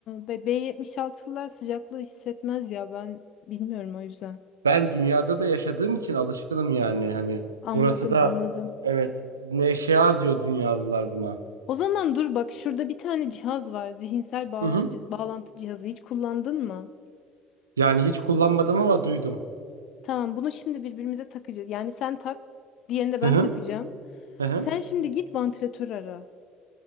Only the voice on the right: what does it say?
Ben dünyada da yaşadığım için alışkınım yani. Hani
burası da
evet neşea diyor dünyalılar buna.
Hı hı.
Yani hiç kullanmadım ama duydum.
Hı
hı.
Hı hı.